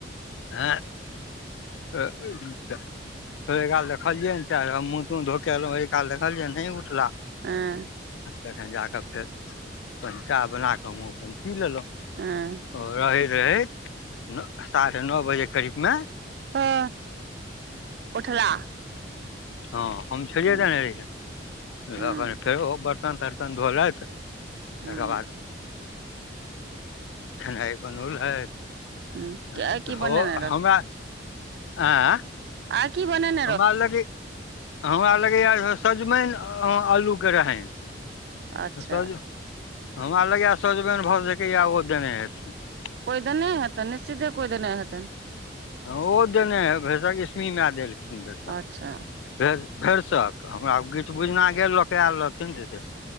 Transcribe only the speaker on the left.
आँ त <unintelligible> हि काल देखलियै ने च हम मुँह तूह धोकेलों ओहि काल देखलियै नहि उठला,
जखन जााकऽ फेर चाह बना कऽ हमँ अपन पी लेलहुँ,
ओ रहैत रहैत न साढ़े नओ बजे करीबमे,
हँ हम छोड़िये
देने रहियैन
फेरो बर्तन तर्तन धोलथि, तकर
बाद खेनाइ बनौलथ,
ह
त
हमरा आँ <unintelligible>
हमरा लगै हमरा लगैए सब्जी आलूके रहे,
सज हमरा लगए सजबनि भऽ जेकैए ओ देने हेथिन <unintelligible>
हँ ओ देने हइ भरिसख इसमी माय देलखिन भरिसख
<unintelligible> भे भेरसक हमरा गीछ बुझना गेल लऽ कऽ आयल रहथिन,